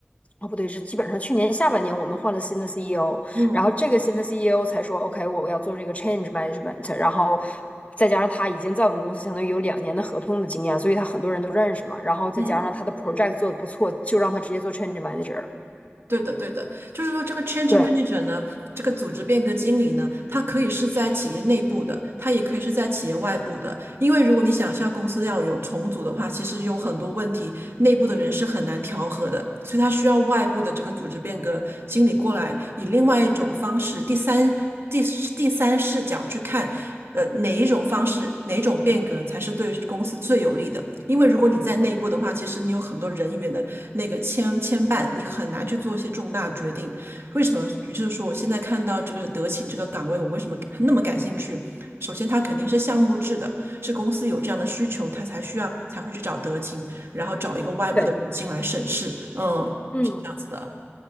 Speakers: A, on the left; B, on the right.
A: 哦，不对，是基本上去年下半年我们换了新的 CEO，
B: 嗯
A: 然后这个新的 CEO 才说 OK，我要做这个 change management，然后。再加上他已经在我们公司相当于有两年的合同的经验，所以他很多人都认识嘛。然后再加上他的
B: 嗯嗯，
A: project 做的不错，就让他直接做 change manager 了。
B: 对的对的，就是说这个 change
A: 对，
B: manager 呢，这个组织变革经理呢，他可以是在企业内部的，他也可以是在企业外部的，因为如果你想象公司要有重组的话，其实有很多问题，内部的人是很难调和的，所以他需要外部的这个组织变革经理过来，以另外一种方式，第三第第三视角去看。呃，哪一种方式，哪一种变革才是对公司最有利的？因为如果你在内部的话，其实你有很多人员的那个牵牵绊，你很难去做一些重大决定。为什么？就是说，我现在看到这个德勤这个岗位，我为什么那么感兴趣？首先，它肯定是项目制的，
A: 嗯，
B: 是公司有这样的需求，他才需要才会去找德勤，然后找一个外部的人进来审视。
A: 对，
B: 嗯，
A: 嗯，
B: 的，